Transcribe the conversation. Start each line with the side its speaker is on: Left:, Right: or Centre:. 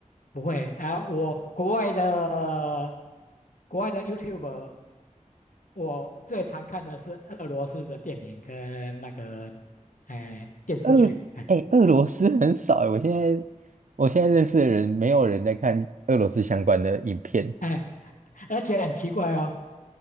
Left: 不会啊，我国外的国外的 YouTube，我最常看的是俄罗斯的电影跟那个哎电视剧，
Right: 俄，
Left: 哎
Right: 哎，俄罗斯很少哎，我现在我现在认识的人，没有人在看俄罗斯相关的影片
Left: 哎，而且很奇怪哦，